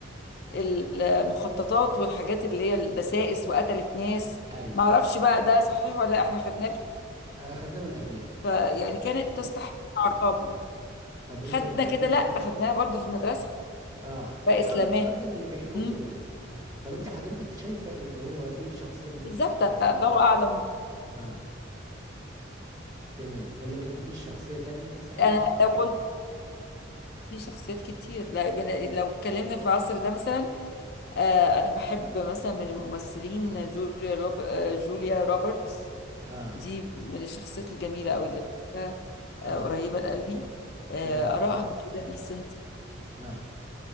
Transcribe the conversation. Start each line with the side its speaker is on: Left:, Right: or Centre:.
Left: ال- المخططات والحاجات اللي هي الدسائس وقتلت ناس
Right: أيوه
Left: ما اعرفش بقى ده صحيح ولا لا، احنا خدناه كده.
Right: آه، خدناه من الأفلام
Left: فيعني كانت تستحق عقابا
Right: طب أنت
Left: خدنا
Right: لو حبيتي
Left: كده لا
Right: ت-
Left: خدناها برضو في المدرسة
Right: آه يعني
Left: بقى اسلاماه
Right: قصدي قصدي من اللي بيحكموه
Left: مم.
Right: يعني آه طب أنت حضرتك شايفة إن هو إيه الشخصية اللي ممكن
Left: بالظبط
Right: تبقى
Left: الله اعلم
Right: آه تمام من لكن ما فيش شخصية تانية مثلا
Left: انا لو كنت في شخصيات كتير لا- لو اتكلمنا في العصر ده مثلا آه، انا بحب مثلا من الممثلين جوليا لوب... آه، جوليا روبرتس
Right: آه
Left: دي من الشخصيات الجميله قوي اللي بحبها
Right: آه
Left: آه، قريبه لقلبي آه،
Right: تمام
Left: ارائها كده ديسنت
Right: آه